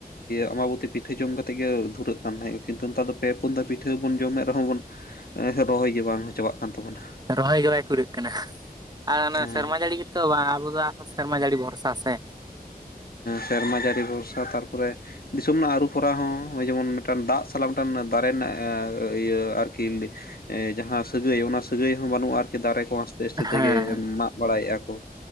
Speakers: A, on the left; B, on the right.
A: ᱟᱢᱵᱟᱵᱚᱛᱤ ᱯᱤᱴᱷᱟᱹ ᱡᱚᱢ ᱠᱟᱛᱮᱜ ᱜᱮ ᱫᱷᱩᱨᱟᱹᱜ ᱠᱟᱱ ᱛᱟᱦᱮᱸᱜᱼᱟ ᱠᱤᱱᱛᱩ ᱱᱮᱛᱟᱨ ᱫᱚᱼᱼ ᱯᱮ ᱯᱩᱱ ᱫᱷᱟᱣ ᱯᱤᱴᱷᱟᱹ ᱵᱚᱱ ᱡᱚᱢᱮᱫ ᱨᱮᱦᱚᱸ ᱵᱚᱱ ᱨᱚᱦᱚᱭ ᱜᱮ ᱵᱟᱝ ᱪᱟᱵᱟᱜ ᱠᱟᱱ ᱛᱟᱵᱚᱱᱟ᱾
B: ᱨᱚᱦᱚᱭ ᱜᱮ ᱵᱟᱭ ᱯᱩᱨᱟᱹᱜ ᱠᱟᱱᱟ ᱟᱨ ᱚᱱᱟ
A: ᱦᱮᱸ
B: ᱥᱮᱨᱢᱟ ᱡᱟᱹᱲᱤᱼᱼ ᱛᱚ ᱟᱵᱚ ᱫᱚ ᱥᱮᱨᱢᱟ ᱡᱟ. ᱲᱤ ᱵᱷᱚᱨᱥᱟ ᱥᱮᱼᱼ
A: ᱥᱮᱨᱢᱟ ᱡᱟᱹᱲᱤ ᱵᱷᱚᱨᱥᱟ ᱛᱟᱨᱯᱚᱨᱮᱼᱼ ᱫᱤᱥᱚᱢ ᱨᱮᱱᱟᱜ ᱟᱹᱨᱩ ᱯᱷᱚᱨᱟ ᱦᱚᱸ ᱱᱚᱜᱼ ᱡᱮᱢᱚᱱ ᱢᱤᱫᱴᱟᱱ ᱫᱟᱜ ᱥᱟᱞᱟᱜ ᱢᱤᱫᱴᱟᱱ ᱫᱟᱨᱮ ᱨᱮᱱᱟᱜ ᱤᱭᱟᱹ ᱟᱨᱠᱤ ᱡᱟᱦᱟᱸ ᱥᱟᱹᱜᱟᱹᱭ ᱚᱱᱟ ᱥᱟᱹᱜᱟᱹᱭ ᱦᱚᱸ ᱵᱟᱹᱱᱩᱜᱼᱟ ᱟᱨᱠᱤ ᱫᱟᱨᱮ ᱠᱚᱣᱟ ᱟᱥᱛᱮᱼᱟᱥᱛᱮ ᱛᱮᱜᱮ
B: ᱦᱮᱸ
A: ᱢᱟᱜ ᱵᱟᱲᱟᱭᱮᱫᱼᱟ ᱠᱚ